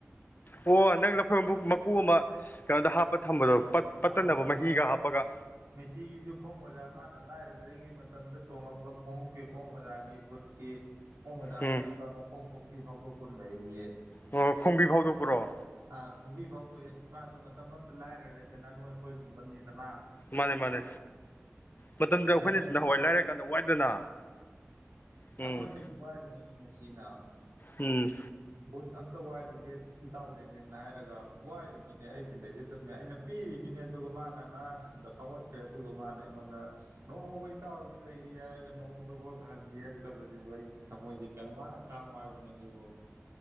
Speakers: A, on the left; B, on the right.
A: ꯑꯣ ꯅꯪ ꯂꯐꯣꯏ ꯃꯀꯨ ꯃꯀꯨ ꯑꯃ ꯀꯩꯅꯣꯗ ꯍꯥꯞꯄ ꯊꯝꯕꯗꯣ ꯄꯠ ꯄꯠꯇꯅꯕ
B: ꯑꯥ
A: ꯃꯍꯤꯒ
B: ꯑꯥ
A: ꯍꯥꯞꯄꯒ
B: ꯃꯦꯁꯤꯒꯤꯁꯨ ꯈꯣꯡ ꯃꯖꯥ ꯃꯥꯅ ꯂꯥꯏꯔ ꯔꯤꯉꯩ ꯃꯇꯝꯗ ꯇꯣꯡꯂꯝꯕ ꯈꯣꯡꯎꯞꯀꯤ ꯈꯣꯡ ꯃꯣꯖꯥꯒꯤ ꯕꯨꯠ ꯀꯤ ꯈꫭꯡ ꯃꫭꯖꯥ
A: ꯎꯝ
B: ꯑꯇꯠꯄ ꯃꯈꫭꯡ ꯈꫭꯡꯕꯤ ꯐꯥꯎꯗꫭꯛꯄꯥ ꯑꯃꯥ ꯂꯩꯔꯤꯌ‌ꯦ
A: ꯑꯣ ꯈꯣꯡꯕꯤ ꯐꯥꯎꯗꯣꯛꯄ꯭ꯔꯣ
B: ꯑꯥ ꯈꯣꯡꯕꯤ ꯐꯥꯎꯗꯣꯛꯑꯦ ꯃꯥꯖꯨ ꯃꯇꯝ ꯑꯃꯗ ꯂꯥꯏꯔꯔꯝ ꯗꯅ ꯅꯣꯏ ꯑꯩꯈꯣꯏꯒꯨꯝꯕꯅꯤꯗꯅ
A: ꯃꯥꯟꯅꯦ ꯃꯥꯟꯅꯦ ꯃꯇꯝꯗꯨ ꯑꯩꯈꯣꯏꯅ
B: ꯃꯇꯝ
A: ꯁ ꯅꯍꯥꯟꯋꯥꯏ ꯂꯥꯏꯔ ꯀꯥꯟꯗ ꯋꯥꯏꯗꯅ ꯎꯝ
B: ꯑꯩꯉꫭꯟꯗꯩ ꯕꯨꯠ ꯋꯥꯏꯔꯤꯃꯤꯅ‌ꯦ ꯃꯦꯁ ꯁꯤꯅ
A: ꯎꯝ
B: ꯚꯨꯠ ꯑꯝꯇ ꯋꯥꯏꯔꯨꯒꯦ ꯏꯇꯥꯎꯂꯅ ꯅꯤꯟ ꯍꯥꯏꯔꯒ ꯋꯥꯏꯔꯤꯅꯤꯅꯦ ꯑꯩꯗꯤ ꯂꯩꯖꯗꯕꯅꯤ ꯑꯩꯅ ꯄꯤꯔꯤꯅꯤꯅꯦ ꯑꯗꯨꯒ ꯃꯥꯅ ꯉꯔꯥꯡ ꯅꯍꯥꯟꯗ ꯐꯥꯎꯒꯠꯈ꯭ꯔꯦ ꯑꯗꯨꯒ ꯃꯥꯅ ꯑꯩꯉꯣꯟꯗ ꯅꯣꯡꯃꯥꯕꯨꯛ ꯏꯇꯥꯎꯁꯤ ꯂꯩꯔꯤ ꯍꯥꯏꯔꯒ ꯅꫭꯡꯃꯥꯗꯕꯨꯛ ꯍꯥꯡꯗꯤꯌ‌ꯦ ꯊꯧꯕꯖꯤꯕꯨ ꯑꯩ ꯊꯃꫭꯏꯖꯤ ꯀꯌꯝꯋꯥꯅꯥ ꯈꯥꯡꯉꫭ ꯍꯥꯏꯕꯅꫭ ꯁꯤꯕꯨ